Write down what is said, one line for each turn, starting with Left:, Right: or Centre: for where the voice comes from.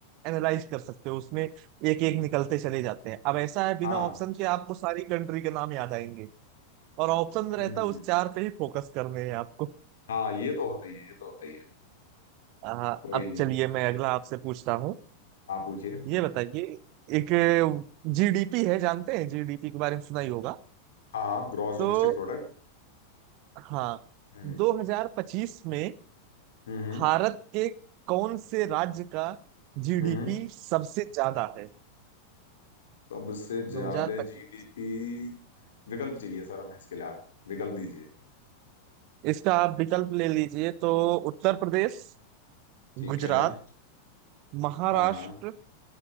Right: एनालाइज कर सकते हो उसमें एक एक निकलते चले जाते हैं अब ऐसा है बिना
Left: हाँ
Right: ऑप्शन के आपको सारी कंट्री के नाम याद आएंगे और ऑप्शन रहता
Left: हम्म
Right: है उस चार पे ही फोकस करने हैं आपको
Left: हाँ ये तो होता ही है ये तो होता ही है
Right: हाँ,
Left: कोई
Right: अब
Left: नहीं
Right: चलिए मैं अगला आपसे पूछता हूँ
Left: आप पूछिए
Right: ये बताइए एक जीडीपी है जानते हैं जीडीपी के बारे में सुना ही होगा
Left: हाँ हाँ ग्रॉस
Right: तो
Left: डोमेस्टिक प्रोडक्ट
Right: हाँ
Left: हम्म
Right: 2025 में
Left: हम्म
Right: भारत के कौन से राज्य का जीडीपी
Left: हम्म
Right: सबसे ज्यादा है
Left: सबसे ज्यादा
Right: 2025
Left: जीडीपी विकल्प चाहिए सर हमें इसके लिए विकल्प दीजिए
Right: इसका आप विकल्प ले लीजिए तो उत्तर प्रदेश
Left: ठीक
Right: गुजरात
Left: है
Right: महाराष्ट्र
Left: हाँ हाँ